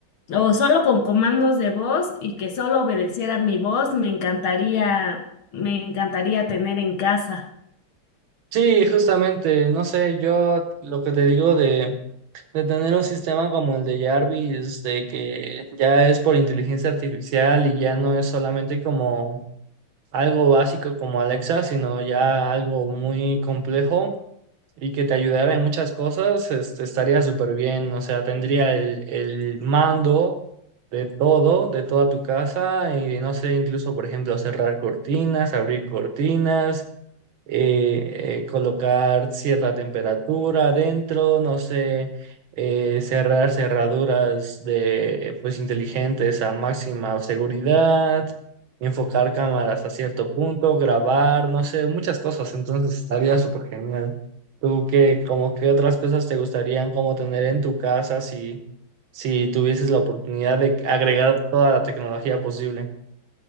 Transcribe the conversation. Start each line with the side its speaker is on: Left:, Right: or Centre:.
Left: o solo con comandos de voz y que solo obedeciera mi voz, me encantaría, me encantaría tener en casa.
Right: Sí, justamente, no sé, yo lo que te digo de, de tener un sistema como el de Jarvis, de que ya es por inteligencia artificial y ya no es solamente como algo básico como Alexa, sino ya algo muy complejo y que te ayudara en muchas cosas, este, estaría súper bien, o sea, tendría el, el mando de todo, de toda tu casa y no sé, incluso, por ejemplo, cerrar cortinas, abrir cortinas eh, eh, colocar cierta temperatura adentro, no sé, eh, cerrar cerraduras de, pues, inteligentes a máxima seguridad, enfocar cámaras a cierto punto, grabar, no sé, muchas cosas. Entonces estaría súper genial. ¿Tú qué, como qué otras cosas te gustarían como tener en tu casa si, si tuvieses la oportunidad de agregar toda la tecnología posible?